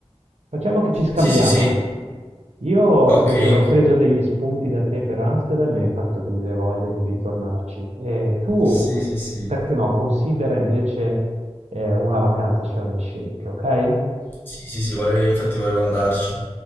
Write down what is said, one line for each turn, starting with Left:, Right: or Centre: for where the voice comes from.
Right: facciamo che ci scambiamo.
Left: Sì, sì, sì.
Right: Io ho
Left: Ok,
Right: preso, ho
Left: ok.
Right: preso degli spunti da te per Amsterdam e mi hai fatto venire voglia di ritornarci. E tu,
Left: Sì, sì, sì.
Right: perché no, considera invece eh, una vacanza a Sharm el Sheikh, ok?
Left: Sì, sì, sì, volevo- infatti volevo andarci.